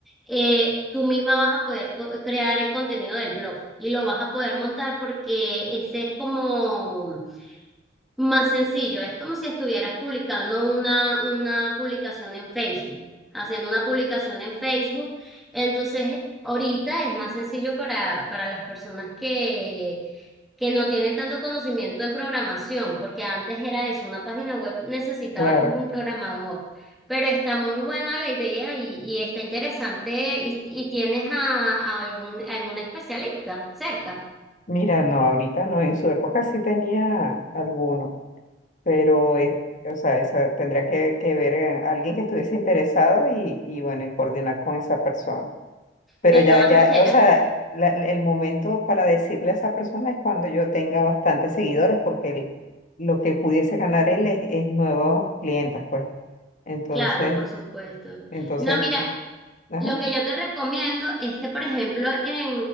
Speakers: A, in the centre; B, on the left.
A: eh, tú misma vas a poder co- crear el contenido del blog y lo vas a poder montar porque ese es como más sencillo. Es como si estuvieras publicando una, una publicación en Facebook, haciendo una publicación en Facebook. Entonces, ahorita es más sencillo para, para las personas que que no tienen tanto conocimiento en programación, porque antes era eso, una página web necesitaba
B: claro.
A: juro un programador, pero está muy buena la idea y, y está interesante y, y tienes a, a algún, algún especialista cerca.
B: Mira, no, ahorita no, en su época sí tenía alguno, pero es, o sea, esa, tendría que, que ver eh, alguien que estuviese interesado y, y bueno, y coordinar con esa persona. Pero
A: De
B: ya,
A: todas
B: ya,
A: maneras,
B: o sea, la- el momento para decirle a esa persona es cuando yo tenga bastantes seguidores, porque el- lo que pudiese ganar él es, es nuevos clientes, pues. Entonces,
A: claro, por supuesto.
B: entonces,
A: No, mira,
B: eh, ajá,
A: Lo que yo te recomiendo es que, por ejemplo, en,